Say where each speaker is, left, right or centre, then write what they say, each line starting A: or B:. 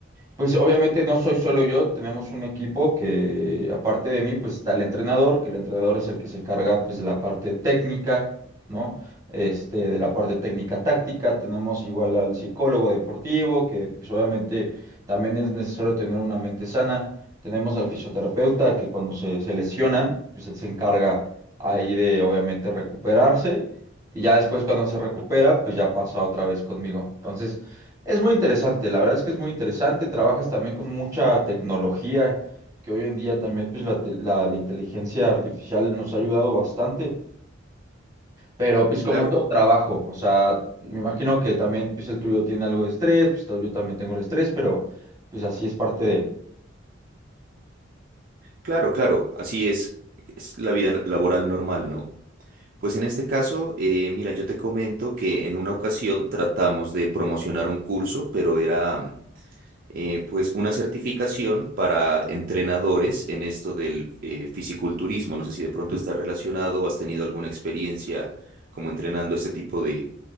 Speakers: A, on the right; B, on the right.
A: pues obviamente no soy solo yo, tenemos un equipo que aparte de mí pues está el entrenador, que el entrenador es el que se encarga pues de la parte técnica, ¿no? Este, de la parte técnica táctica, tenemos igual al psicólogo deportivo, que pues obviamente también es necesario tener una mente sana, tenemos al fisioterapeuta que cuando se, se lesionan pues él se encarga ahí de obviamente recuperarse y ya después cuando se recupera pues ya pasa otra vez conmigo. Entonces... Es muy interesante, la verdad es que es muy interesante. Trabajas también con mucha tecnología, que hoy en día también pues, la, te- la- la inteligencia artificial nos ha ayudado bastante. Pero pues como
B: Claro,
A: todo trabajo, o sea, me imagino que también pues el tuyo tiene algo de estrés, pues yo también tengo el estrés, pero pues así es parte de...
B: claro, claro, así es, es la vida laboral normal, ¿no? Pues en este caso, eh, mira, yo te comento que en una ocasión tratamos de promocionar un curso, pero era eh, pues una certificación para entrenadores en esto del eh, fisiculturismo. No sé si de pronto está relacionado o has tenido alguna experiencia como entrenando este tipo de,